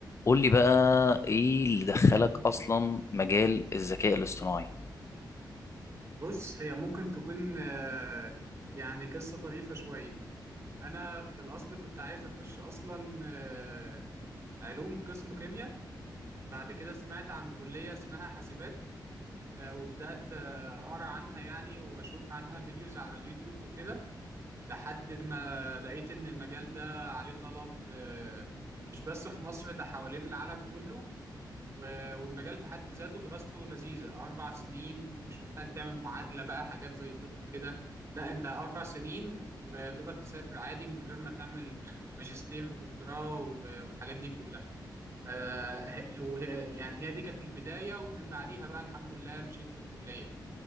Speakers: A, on the left; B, on the right.
A: قول لي بقى ايه اللي دخلك اصلا مجال الذكاء الاصطناعي
B: بص هي ممكن تكون آه، يعني قصة طريفة شوية أنا في الأصل كنت عايز أخش أصلا آه، علوم قسم كيمياء بعد كده سمعت عن كلية اسمها حاسبات آه، وبدأت آه، أقرأ عنها يعني وأشوف عنها فيديوز على اليوتيوب وكده لحد ما لقيت إن المجال ده عليه طلب آه، مش بس في مصر ده حوالين العالم كله و- والمجال في حد ذاته دراسته لذيذة أربع سنين ومش محتاج تعمل معادلة بقى حاجات زي طب كده لا أنت أربع سنين وتقدر تسافر عادي من غير ما تعمل ماجستير ودكتوراه و- والحاجات دي كلها ف- وهي- يعني هي دي كانت البداية ومن بعديها بقى الحمد لله مشيت في الكلية